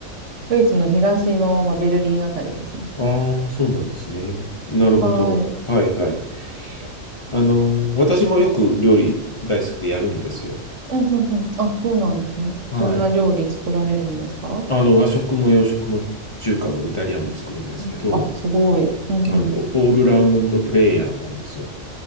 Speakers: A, on the right (about 60°); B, on the left (about 25°).
A: ドイツの東の、まあ、ベルリンあたりですね。
B: ああ、そうなんですね。なるほど。
A: はい。
B: はいはい。あの、私もよく料理大好きでやるんですよ。
A: うん、うん、うん。あ、そうなんですね。
B: はい。
A: どんな料理作られるんですか
B: あの、和食も洋食も中華もイタリアンも作るんですけど、
A: うんあ、すごい。うん、
B: あの、
A: うん。
B: オールラウンドプレイヤーなんですよ。